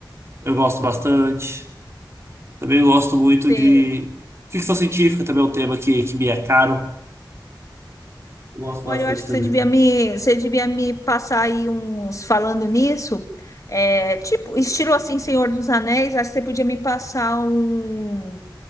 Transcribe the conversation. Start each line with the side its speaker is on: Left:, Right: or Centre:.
Right: Eu gosto bastante. Também gosto muito
Left: Você,
Right: de ficção científica, também é um tema que, que me é caro. Eu Gosto
Left: olha,
Right: bastante
Left: eu acho que
Right: também.
Left: você devia me, você devia me passar aí uns falando nisso. É, tipo, estilo assim, Senhor dos Anéis, acho que você podia me passar um-